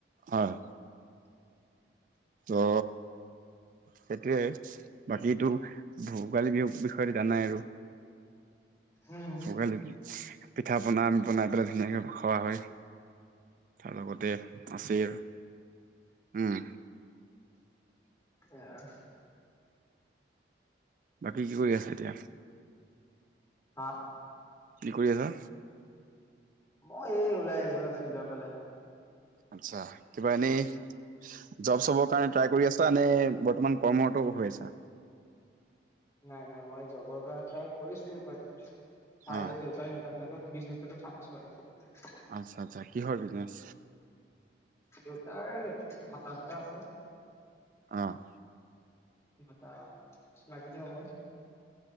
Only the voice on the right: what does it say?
হয় অ সেইটোয়ে বাকীটো ভোগালী বিহুৰ বিষয়ে জানাই আৰু
ভোগালি পিঠা পনা বনাই পেলাই ধুনীয়াকে খোৱা হয় তাৰ লগতে আছিল উম
কি কি কৰি আছ এতিয়া
কি কৰি আছা
আছা কিবা এনে জব চব কাৰণে ট্ৰাই কৰি আছা নে তমমান কৰ্মৰত হৈ আছা
অ
আচ্ছা আচ্ছা কি হয়ৰ বিজনেচ
অ',